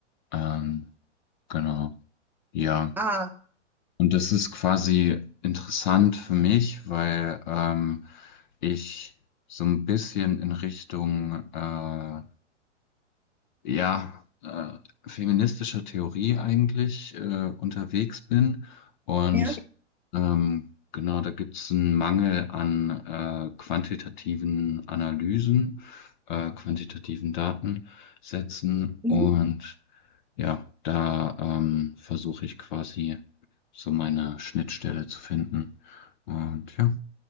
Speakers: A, on the left; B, in the centre.
A: ähm, genau. Ja,
B: Ah,
A: Und das ist quasi interessant für mich, weil ähm, ich so ein bisschen in Richtung äh, ja äh, feministischer Theorie eigentlich äh, unterwegs bin. Und
B: ja.
A: ähm, genau, da gibt es einen Mangel an äh, quantitativen Analysen, äh, quantitativen Datensätzen.
B: Mhm.
A: Und ja, da ähm, versuche ich quasi so meine Schnittstelle zu finden. Und ja.